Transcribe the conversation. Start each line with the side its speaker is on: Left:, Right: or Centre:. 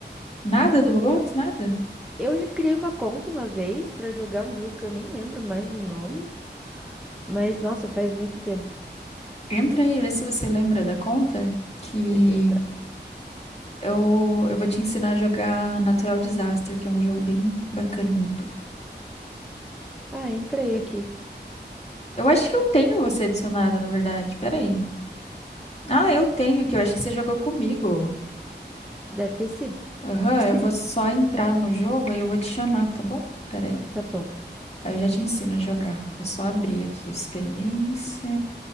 Left: Nada do Roblox, nada.
Centre: Eu já criei uma conta uma vez pra jogar um jogo que eu nem lembro mais o nome. Mas, nossa, faz muito tempo.
Left: Entra aí, vê se você lembra da conta que
Centre: Deixa eu entrar.
Left: eu eu vou te ensinar a jogar Natural Disaster, que é um jogo bem bacanudo.
Centre: Ah, entrei aqui.
Left: Eu acho que eu tenho você adicionada, na verdade. Pera aí. Ah, eu tenho aqui, eu acho que você jogou comigo.
Centre: Deve ter sido.
Left: Aham, eu
Centre: <laughs>
Left: vou só entrar no jogo aí eu vou te chamar, tá bom? Peraí.
Centre: Tá bom.
Left: Aí eu já te ensino a jogar. Vou só abrir aqui experiência.